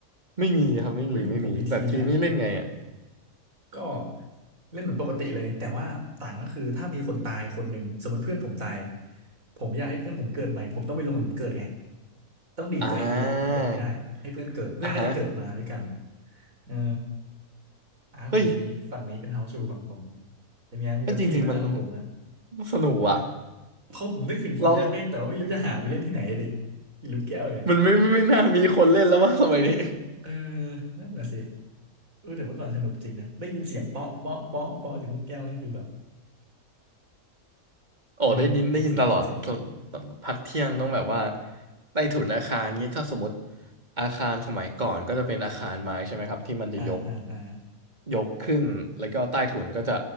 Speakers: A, on the right; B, on the right.
A: ไม่มีครับไม่มีไม่มีแบบทีมนี่เล่นไงอ่ะ
B: เฮ้ยของผมมีทีมนะก็เล่นเหมือนปกติเลยแต่ว่าต่างก็คือถ้ามีคนตายคนหนึ่งสมมติเพื่อนผมตายผมอยากให้เพื่อนผมเกิดใหม่ผมต้องไปลงหลุมเกิดไงต้องดีดตัวเองไปลงหลุมเกิดให้ได้ให้เพื่อนเกิดเพื่อนก็จะเกิดมาด้วยกัน
A: อ่าอ่าฮะ
B: เออ อ่าของผมมีฝั่งนี้เป็นเฮาส์รูฝั่งผม
A: เฮ้ย
B: เป็นไงานมีแบบทีมด้วยนะของผมอะ
A: ก็จริงๆมันสนุกว่ะ
B: เพราะผมนึกถึงผมอยากเล่นแต่ว่าไม่รู้จะหาไปเล่นที่ไหนอะดิ
A: เรา
B: อีลูกแก้วเนี่ย
A: มันไม่ไม่ไม่น่ามีคนเล่นแล้วว่าสมัยนี้
B: เออนั่นน่ะสิเออแต่เมื่อก่อนสนุกจริงนะได้ยินเสียงเปาะเปาะเปาะเปาะจากลูกแก้วนี่คือแบบ
A: โอ้ได้ยินได้ยินตลอดตตพักเที่ยงต้องแบบว่า
B: เออคิดถึงคิดถึงเลย
A: ใต้ถุนอาคารเงี้ยถ้าสมมติอาคารสมัยก่อนก็จะเป็นอาคารไม้ใช่ไหมครับที่มันจะยก
B: อ่าอ่าอ่า
A: ยกขึ้นแล้วก็ใต้ถุนก็จะ